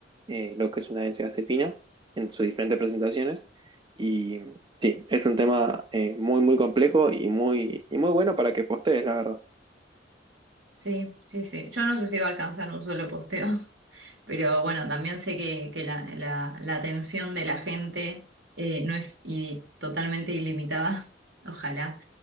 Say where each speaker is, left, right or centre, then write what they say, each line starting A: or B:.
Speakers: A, on the right; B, on the right.
A: eh, lo que es una benzodiazepina en sus diferentes presentaciones. Y sí, es un tema eh, muy, muy complejo y muy, y muy bueno para que postees, la verdad.
B: Sí, sí, sí. Yo no sé si va a alcanzar un solo posteo. Pero bueno, también sé que, que la, la- la atención de la gente eh, no es i- totalmente ilimitada, <laughs> ojalá.